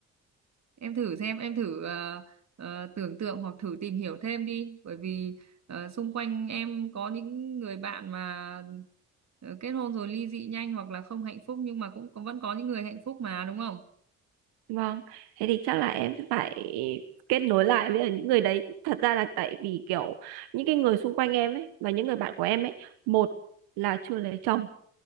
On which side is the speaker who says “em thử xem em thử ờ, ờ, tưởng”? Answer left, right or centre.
Right